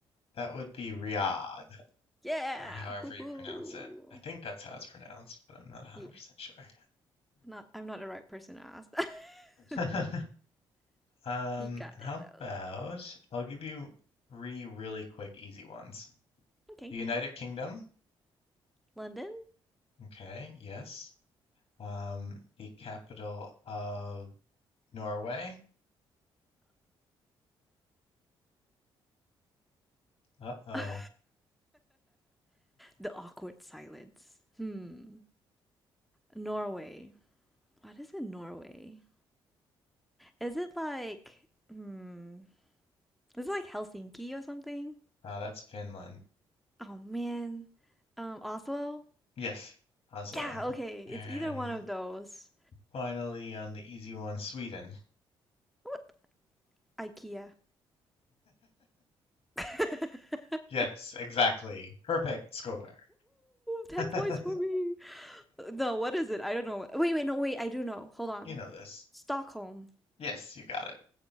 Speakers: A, on the left; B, in the centre.
A: That would be Riyadh,
B: Yeah.
A: or however
B: Hoo-hoo.
A: you pronounce it. I think that's how it's pronounced, but I'm not 100%
B: Yeah.
A: sure.
B: Not I'm not the right person to ask that.
A: Hmm.
B: <laughs>
A: <laughs> Um,
B: You got
A: how
B: it though.
A: about I'll give you three really quick, easy ones.
B: Okay.
A: The United Kingdom,
B: London?
A: okay, yes. Um, the capital of Norway. Uh-oh.
B: <laughs> the awkward silence. Hmm. Norway. What is in Norway? Is it like hmm is it like Helsinki or something?
A: Ah, that's Finland.
B: Oh man. Um Oslo?
A: Yes. Oslo.
B: Yeah, okay. It's
A: And
B: either one of those.
A: finally, on the easy one, Sweden. <laughs>
B: What IKEA. <laughs> Woohoo!
A: Yes, exactly. Perfect score.
B: 10
A: <laughs>
B: points for me. No, what is it? I don't know. Wait, wait, no, wait. I do know. Hold on.
A: You know this.
B: Stockholm.
A: Yes, you got it.